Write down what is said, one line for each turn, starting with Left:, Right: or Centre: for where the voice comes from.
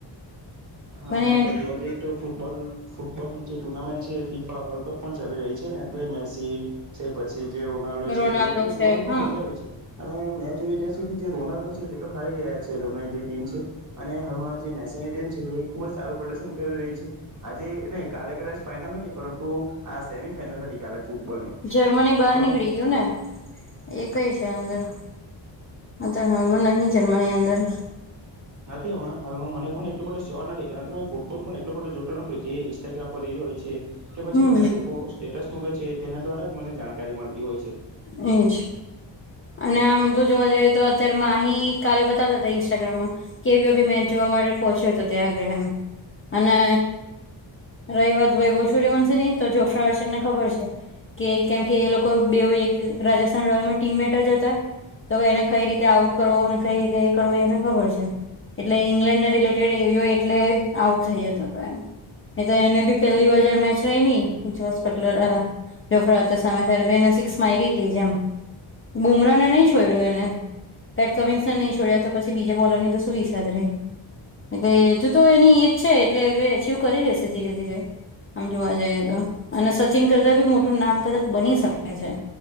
Right: હા
Left: મને
Right: હમણાં તો જોવા જઈએ ફૂટબોલ ફૂટબોલની જે ટુર્નામેન્ટ છે ફીફા વર્લ્ડ કપ પણ ચાલી રહી છે ને એટલે મેસી છે પછી જે રોનાલ્ડો
Left: રોનાલ્ડો
Right: છે એ લોકોને
Left: છે
Right: જોવાની પણ
Left: હા
Right: મજા આવે છે અને મેચ જો ત્યાં સુધી જે રોનાલ્ડો છે એ તો હારી ગયા છે એ લોકોની જે ટીમ છે. અને હાલમાં જે મેનીમ છે તે ખુબ જ સારું પ્રદર્શન કરી રહી છે આજે ન કાલે કલે ફાઈનલ સા પરંતુ આ સેમી ફાઈનલ સા કાલે ફૂટબોલની
Left: જર્મની બહાર
Right: પરંતુ
Left: નીકળી ગયું ને એ કઈ છે અંદર અત હાલમાં નહીં જર્મની અંદર
Right: નથી હમણાં હાલમાં મને પણ એટલો બો સ્યોર નથી કારણ કે ફૂટબોલ પણ એટલો બધો જોતો નથી જે ઇન્સ્ટાગ્રામ પર ર રહ્યોય છે. કે પછી
Left: હમ
Right: બધા લોકો સ્ટેટસ મૂકે છે તેના દ્વારા જ મને જાણકારી મળતી હોય છે.
Left: હમ અને આમ તો જોવા જઈએ તો અત્યારે મા અહી કાલે બતાવતા હતા ઇન્સ્ટાગ્રામમાં કેવી બી મેન જોવા માટે પહોંચ્યો તો ત્યાં આગળ એમ અને રહી વાત વય બલ સૂર્યવંશે નહી તો જોખા હ છે એમને ખબર છે. કે કેમ કે એ લોકો બે એક રાજસ્થાન રોયલમાં ટીમમે જ હતા તો એને કઈ રીતે આઉટ કરવો અને કઈ રીતે એ કરવું એને ખબર છે. એટલે ઈંગ્લેન્ડને રિલેટેડ એ એટલે આઉટ થઇ જતો હતો એમ એ તો એને બી પેલી વાર જ મેચ રહી જો કટલર જોફ ઓચ સમય ત્યારે બેને સિક્સ માં આવી રહી હતી જેમ બુમરાહને નહી છોડ્યો એને પેટ કવિન્સને નહીં છડ તો પછી બીજા બોલરનીને તોું વીસસાા ર એટલે હજુ તો એની એજ છે એટલે હ અચવ કરી લેશે ધીરે ધીરે આમ જોવા જઈએ તો અને સચિન કરતા બી મોટું નામ કદાચ બની શકે છે.